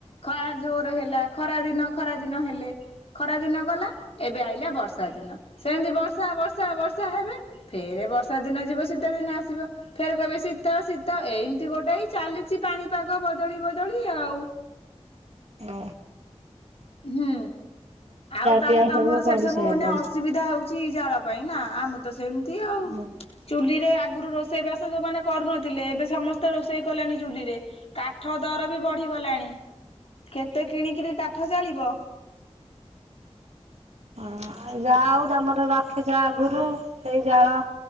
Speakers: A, on the left (about 60°); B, on the right (about 75°).
A: ଖରା ଜୋର ହେଲା ଖରା ଦିନ ଖରା ଦିନ ହେଲେ ଖରା ଦିନ ଗଲା ଏବେ ଆଇଲା ବର୍ଷା ଦିନ ସେମିତି ବର୍ଷା ବର୍ଷା ବର୍ଷା ହେବେ ଫେରେ ବର୍ଷା ଦିନ ଯିବ ଶୀତ ଦିନ ଆସିବ। ଫେର କହିବେ ଶୀତ ଶୀତ ଏମିତି ଗୋଟେ ହଇ ଚାଲିଛି ପାଣିପାଗ ବଦଳି ବଦଳି ଆଉ।
B: ଅ।
A: ହୁଁ ଆଉ ତାହେଲେ
B: ପିଆ
A: ତମର ସେଠି
B: କରିସାଇଲଣି?
A: ସବୁ ଅସୁବିଧା ହଉ ଛି ଜାଳ ପାଇଁ ନା ଆମେ ତ ସେମିତି ଆଉ
B: ହଁ
A: ଚୁଲିରେ ଆଗରୁ ରୋଷେଇବାସ ଯୋଉମାନେ କରୁନଥିଲେ ଏବେ ସମସ୍ତେ ରୋଷେଇ କଲେଣି ଚୁଲିରେ। କାଠ ଦର ବି ବଢିଗଲାଣି କେତେ କିଣିକିରି କାଠ ଜାଳିବ।
B: ହଁ ଯା ହଉ ତମର ରଖିଛ ଆଗୁରୁ ସେଇ ଜାଳ